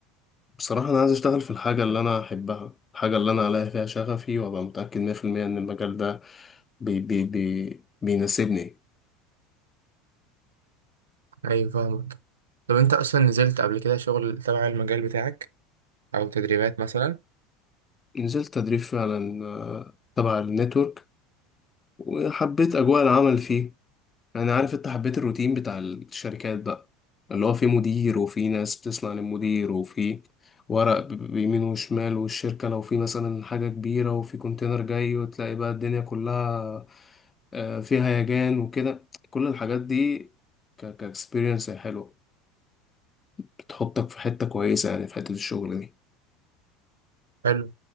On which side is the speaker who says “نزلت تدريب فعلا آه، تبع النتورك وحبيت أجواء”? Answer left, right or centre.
Left